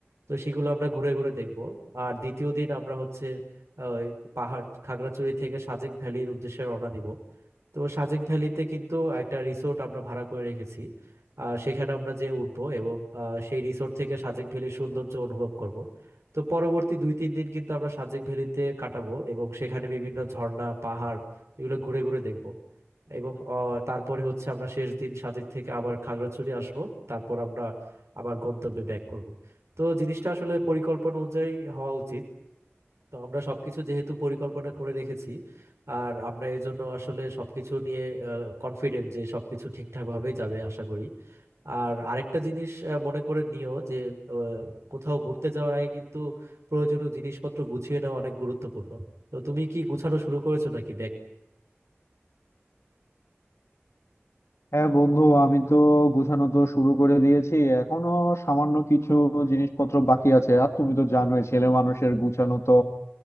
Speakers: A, on the right (about 85°); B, on the left (about 80°).
A: তো সেগুলো আমরা ঘুরে ঘুরে দেখব আর দ্বিতীয় দিন আমরা হচ্ছে ওই পাহাড় খাগড়াছড়ি থেকে সাজেক ভ্যালির উদ্দেশ্যে রওনা দিব তো সাজেক ভ্যালিতে কিন্তু একটা রিসোর্ট আমরা ভাড়া করে রেখেছি আহ, সেখানে আমরা যে উঠবো এবং আহ, সেই রিসোর্ট থেকে সাজেক ভ্যালির সৌন্দর্য অনুভব করব তো পরবর্তী দুই তিন দিন কিন্তু আমরা সাজেক ভ্যালিতে কাটাবো এবং সেখানে বিভিন্ন ঝর্ণা পাহাড় এগুলো ঘুরে ঘুরে দেখব এবং আহ, তারপরে হচ্ছে আমরা শেষ দিন সাজেক থেকে আবার খাগড়াছড়ি আসব তারপর আমরা আবার গন্তব্যে ব্যাক করব তো জিনিসটা আসলে পরিকল্পনা অনুযায়ী হওয়া উচিত তো আমরা সবকিছু যেহেতু পরিকল্পনা করে রেখেছি আর আমরা এই জন্য আসলে সবকিছু নিয়ে কনফিডেন্ট যে সবকিছু ঠিকঠাক ভাবে যাবে আশা করি আর আরেকটা জিনিস আহ, মনে করে নিও যে আহ, কোথাও ঘুরতে যাওয়ার আগে কিন্তু প্রয়োজনীয় জিনিসপত্র গুছিয়ে নেওয়া অনেক গুরুত্বপূর্ণ তো তুমি কি গুছানো শুরু করেছো নাকি ব্যাগ?
B: হ্যাঁ বন্ধু আমি তো গোছানো তো শুরু করে দিয়েছি এখনো সামান্য কিছু জিনিসপত্র বাকি আছে আর তুমি তো জানোই ছেলে মানুষের গুছানো তো